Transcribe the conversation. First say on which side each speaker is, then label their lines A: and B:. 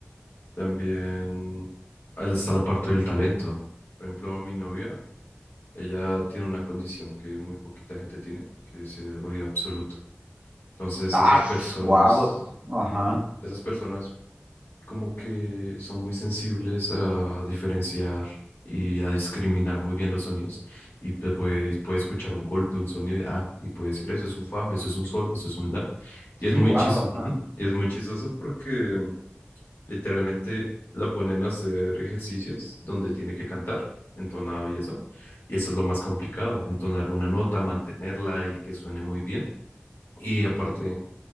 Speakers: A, on the left; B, on the right.
A: también ahí está la parte del talento. Por ejemplo, mi novia, ella tiene una condición que muy poquita gente tiene, que es el oído absoluto. Entonces,
B: Ah,
A: esas personas,
B: wow. Ajá.
A: ujú, esas personas como que son muy sensibles a diferenciar y a discriminar muy bien los sonidos. Y te puede, puede escuchar un golpe, un sonido, y, ah, y puede decir, eso es un fa, eso es un sol, eso es un la. Y
B: Sí,
A: es muy
B: wow,
A: chis,
B: ajá.
A: ujú, y es muy chistoso porque literalmente la ponen a hacer ejercicios donde tiene que cantar. entonado y eso, y eso es lo más complicado, entonar una nota, mantenerla y que suene muy bien. Y aparte,